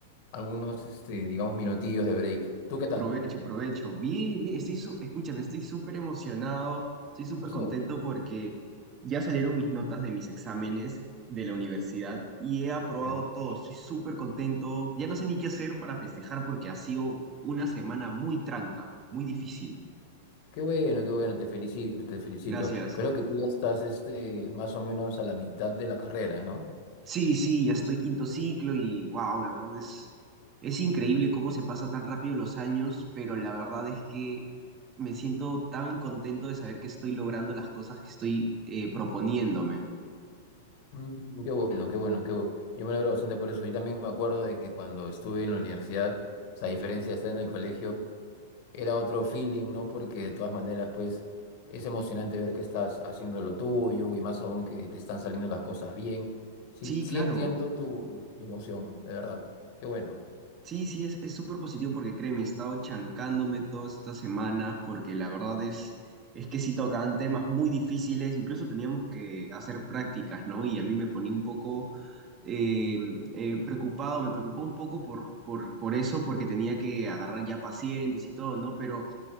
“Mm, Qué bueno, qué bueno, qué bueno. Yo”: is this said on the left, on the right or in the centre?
Left